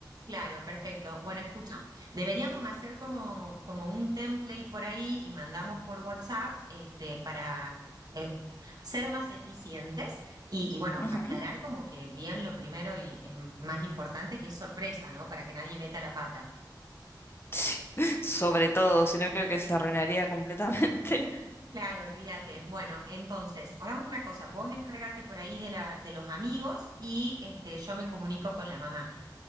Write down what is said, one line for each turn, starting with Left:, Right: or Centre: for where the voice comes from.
Right: claro, perfecto. Bueno, escucha, deberíamos hacer como, como un template por ahí y mandamos por WhatsApp, este, para eh, ser más eficientes y, y bueno,
Left: Ujú.
Right: aclarar
Left: <laughs>
Right: como que bien lo primero y eh, más importante que es sorpresa, ¿no? Para que nadie meta la pata.
Left: Sí, Sobre todo, si no creo que se arruinaría completamente.
Right: Claro, olvídate. Bueno, entonces, hagamos una cosa. Vos encárgate por ahí de la, de los amigos y este, yo me comunico con la mamá.